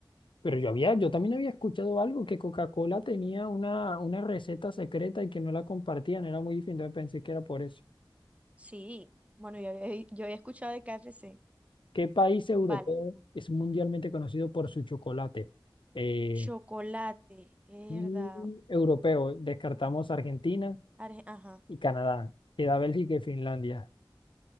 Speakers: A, on the left; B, on the right.
A: Pero yo había, yo también había escuchado algo que Coca-Cola tenía una, una receta secreta y que no la compartían, era muy difícil, entonces pensé que era por eso.
B: Sí, bueno, yo había, yo había escuchado de K F C
A: ¿Qué país europeo
B: Vale.
A: es mundialmente conocido por su chocolate? Eh,
B: Chocolate, herda,
A: Y europeo, descartamos Argentina
B: Arge- ajá.
A: y Canadá. Queda Bélgica y Finlandia.